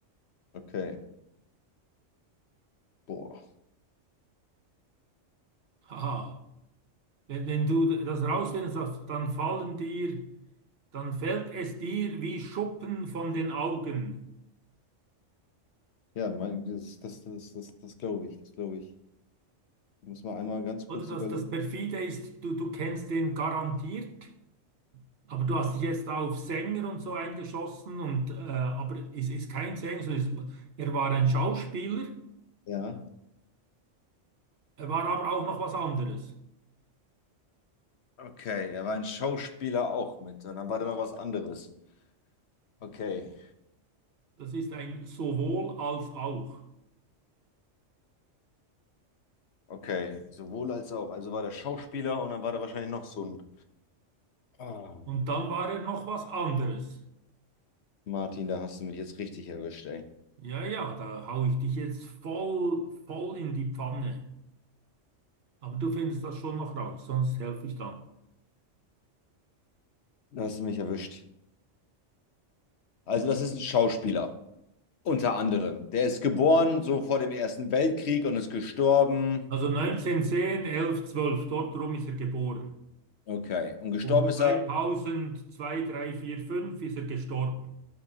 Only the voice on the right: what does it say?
Haha. Wenn, wenn du das rausfindest, dann fallen dir, dann fällt es dir wie Schuppen von den Augen.
Oder
dass
das perfide ist, du, du kennst den garantiert, aber du hast dich jetzt auf Sänger und so eingeschossen und äh, aber es ist kein Sänger, sondern es, er war ein Schauspieler,
er war aber auch noch was anderes.
Das ist ein sowohl als auch.
Und dann war er noch was anderes.
Ja, ja, da hau ich dich jetzt voll, voll in die Pfanne. Aber du findest das schon noch raus, sonst helfe ich dann.
Also 1910, 11, 12, dort rum ist er geboren.
Und
2000,
2, 3, 4, 5 ist er gestorben.